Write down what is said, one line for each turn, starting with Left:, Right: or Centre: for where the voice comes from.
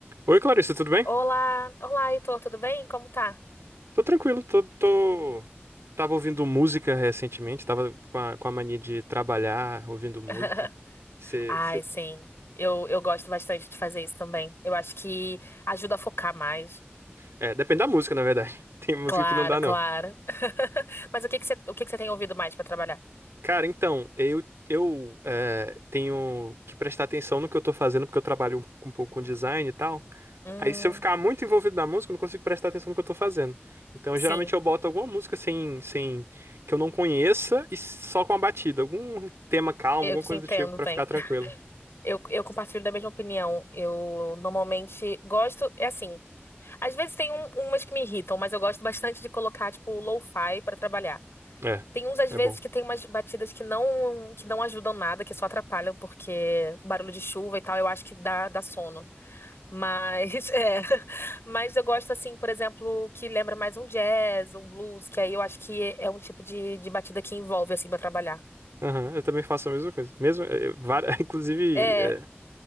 Right: Oi, Clarissa, tudo bem?
Left: Olá, olá, Heitor, tudo bem? Como tá?
Right: Tô tranquilo, tô, tô... Tava ouvindo música recentemente, tava com a, com a mania de trabalhar ouvindo música.
Left: <laughs>
Right: Cê,
Left: Ai,
Right: cê-
Left: sim. Eu, eu gosto bastante de fazer isso também. Eu acho que ajuda a focar mais.
Right: É, depende da música, na verdade. <laughs> Tem música
Left: Claro,
Right: que não dá, não.
Left: claro. <laughs> Mas o que que você, o que que você tem ouvido mais para trabalhar?
Right: Cara, então, eu, eu eh, tenho que prestar atenção no que eu tô fazendo, porque eu trabalho um, um pouco com design e tal.
Left: Hum,
Right: Aí, se eu ficar muito envolvido na música, eu não consigo prestar atenção no que eu tô fazendo. Então,
Left: sim,
Right: geralmente, eu boto alguma música sem, sem, que eu não conheça e só com a batida. Algum tema calmo,
Left: eu
Right: alguma
Left: te
Right: coisa
Left: entendo
Right: do tipo, pra
Left: bem.
Right: ficar tranquilo.
Left: <laughs> Eu, eu compartilho da mesma opinião. Eu normalmente gosto, é assim, às vezes tem um- umas que me irritam, mas eu gosto bastante de colocar, tipo, lo-fi para trabalhar.
Right: É,
Left: Tem uns, às
Right: é
Left: vezes,
Right: bom.
Left: que tem umas batidas que não, que não ajudam nada, que só atrapalham, porque barulho de chuva e tal, eu acho que dá, dá sono. Mas, <laughs> é. Mas eu gosto, assim, por exemplo, que lembra mais um jazz, um blues, que aí eu acho que é um tipo de, de batida que envolve, assim, pra trabalhar.
Right: Aham, eu também faço a mesma coisa. Mesmo, eh, eh, várias, <laughs> inclusive.
Left: É.
Right: eh,